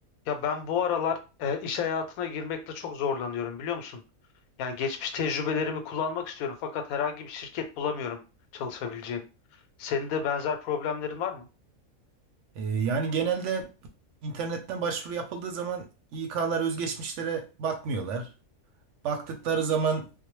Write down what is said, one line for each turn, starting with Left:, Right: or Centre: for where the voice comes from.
Left: Ya ben bu aralar e, iş hayatına girmekte çok zorlanıyorum biliyor musun? Yani geçmiş tecrübelerimi kullanmak istiyorum fakat herhangi bir şirket bulamıyorum çalışabileceğim. Senin de benzer problemlerin var mı?
Right: Ee, yani genelde internetten başvuru yapıldığı zaman İK'lar özgeçmişlere bakmıyorlar. Baktıkları zaman